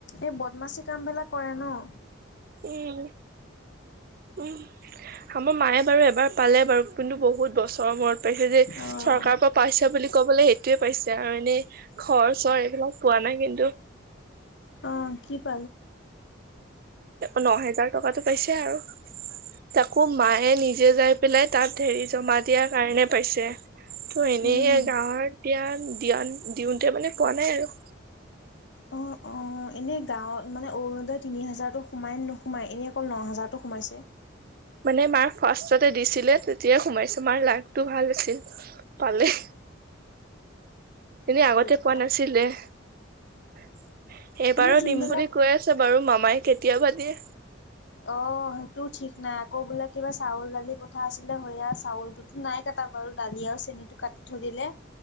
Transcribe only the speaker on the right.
উম, উম, আমাৰ মায়ে বাৰু এবাৰ পালে বাৰু। কিন্তু বহুত বছৰৰ মূৰত পাইছে যে
চৰকাৰৰ পৰা পাইছে বুলি ক'বলৈ সেইটোয়ে পাইছে আৰু এনেই। ঘৰ চৰ এইবিলাক পোৱা নাই কিন্তু।
ন হেজাৰ টকাটো পাইছে আৰু তাকো মায়ে নিজ। নিজে যাই পেলাই তাত হেৰি জমা দিয়াৰ কাৰণে পাইছে। ত' এনেই
গাঁৱত এতিয়া দিয়া দিওঁতে মানে পোৱা নাই আৰু।
মানে মাৰ ফাৰ্ষ্টতে দিছিলে তেতিয়াই সোমাইছো মাৰ লাকটো ভাল আছিল। পালে। এনেই আগতে
পোৱা নাছিলে। এইবাৰো
দিম বুলি কৈ আছে বাৰু মামাই কেতিয়াবা দিয়ে।